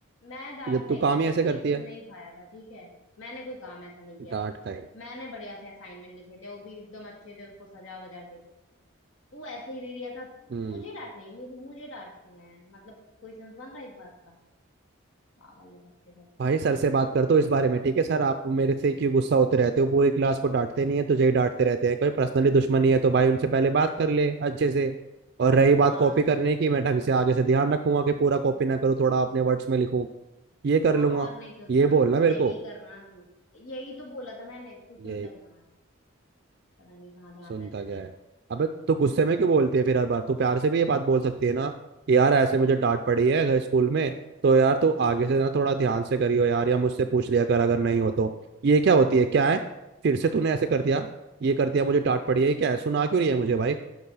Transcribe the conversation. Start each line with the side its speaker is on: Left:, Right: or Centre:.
Left: मैं डांट
Right: जब
Left: खाई
Right: तू
Left: थी
Right: काम
Left: सर
Right: ही ऐसे
Left: से
Right: करती
Left: तू
Right: है
Left: नहीं खाया था ठीक है मैंने कोई काम ऐसा नहीं किया
Right: डांट खाए
Left: मैंने बढ़िया से असाइनमेंट लिखे थे वो भी एकदम अच्छे से उसको सजा वजा के तू ऐसे ही ले लिया था
Right: हम्म
Left: तुझे डांट नहीं मेरी मुझे डांट रहे हैं मतलब कोई सेंस बन रहा है इस बात का पागल है सबके सब
Right: भाई सर से बात करते हो इस बारे में ठीक है सर आप मेरे से क्यों गुस्सा होते रहते हो पूरी क्लास को डांटते नहीं है तुझे ही डांटते रहते हैं कोई पर्सनली दुश्मनी है तो भाई उनसे पहले बात कर ले अच्छे से और रही बात
Left: हाँ
Right: कॉपी करने की मैं ढंग से आगे से ध्यान रखूंगा कि पूरा कॉपी ना करूँ थोड़ा अपने वर्ड्स में लिखूं ये कर
Left: हाँ
Right: लूंगा
Left: और नहीं तो
Right: ये
Left: क्या
Right: बोलना मेरे
Left: यही
Right: को
Left: करना तू यही तो बोला था मैंने तू सुनता
Right: ये
Left: ही कहाँ है पता नहीं कहाँ ध्यान
Right: सुनता
Left: रहता
Right: क्या
Left: तेरा
Right: है अबे तो गुस्से में क्यों बोलती है फिर हर बार तू प्यार से भी ये बात बोल सकती है ना कि यार ऐसे
Left: तो मेरा
Right: मुझे डांट पड़ी है अगर स्कूल में तो यार तू आगे से ना थोड़ा ध्यान से करियो यार या मुझसे पूछ लिया कर अगर नहीं हो तो ये क्या होती है क्या है फिर से तूने ऐसे कर दिया ये कर दिया मुझे डांट पड़ी है ये क्या है सुना क्यों रही है मुझे भाई